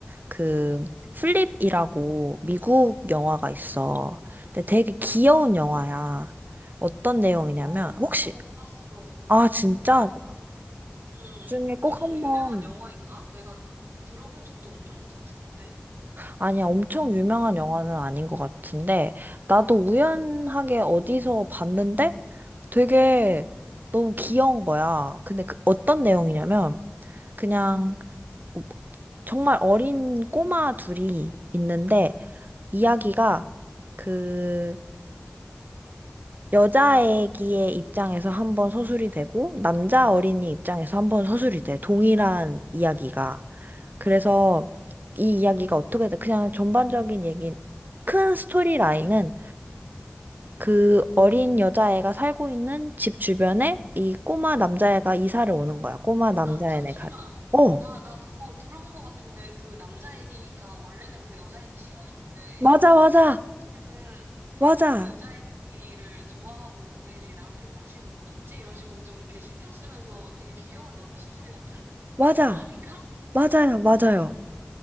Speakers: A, on the right; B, on the right.
A: 그 플립이라고 미국 영화가 있어. 근데 되게 귀여운 영화야. 어떤 내용이냐면
B: 어, 한 번도
A: 혹시
B: 못 봤어.
A: 아, 진짜?
B: 내가 음,
A: 나중에 꼭
B: 좀
A: 한
B: 유명한
A: 번
B: 영화인가? 내가 들어본 적도 없는 것 같은데.
A: 아니야, 엄청 유명한 영화는 아닌 것 같은데, 나도 우연하게 어디서 봤는데 되게 너무 귀여운 거야. 근데 그 어떤 내용이냐면, 그냥 뭐 정말 어린 꼬마 둘이 있는데, 이야기가 그 여자애기의 입장에서 한번 서술이 되고, 남자 어린이 입장에서 한번 서술이 돼. 동일한 이야기가. 그래서 이 이야기가 어떻게 돼? 그냥 전반적인 얘기, 큰 스토리 라인은 그 어린 여자애가 살고 있는 집 주변에 이 꼬마 남자애가 이사를 오는 거야. 꼬마 남자애네가.
B: 아, 잠시만.
A: 어,
B: 나, 나 그거 들어본 것 같은데, 그 남자 애기가 원래는 그 여자 애기 싫어했는데,
A: 맞아, 맞아,
B: 처음에는
A: 맞아,
B: 그 여자애를 좋아하고 왜 얘 나한테 관심 없지? 이런 식으로 좀 이렇게 신경 쓰면서 되게 귀여운 러브 스토리 같은
A: 맞아,
B: 그거 아닌가? <laughs>
A: 맞아요, 맞아요.